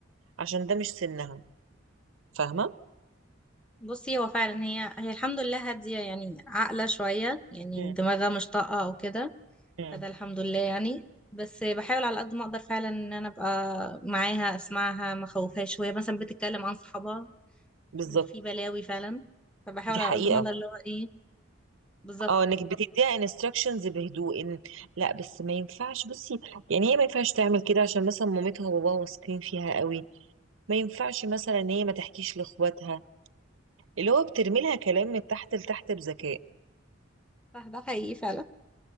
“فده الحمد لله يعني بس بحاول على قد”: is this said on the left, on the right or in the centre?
Centre